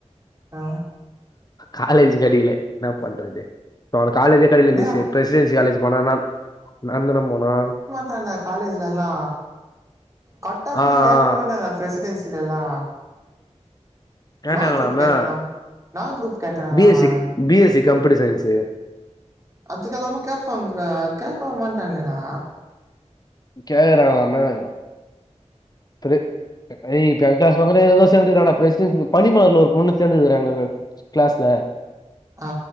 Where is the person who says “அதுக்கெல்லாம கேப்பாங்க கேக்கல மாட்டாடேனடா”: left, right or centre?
Right